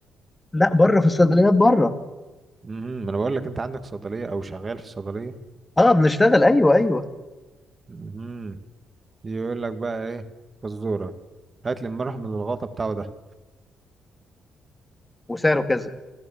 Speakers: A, on the left; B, on the right.
A: لا بره في الصيدليات بره
B: امم ما انا بقول لك انت عندك صيدلية او شغال في صيدلية
A: اه بنشتغل ايوه ايوه
B: امم يقول لك بقى ايه فزورة هات لي المرهم اللي الغطا بتاعه ده
A: وسعره كذا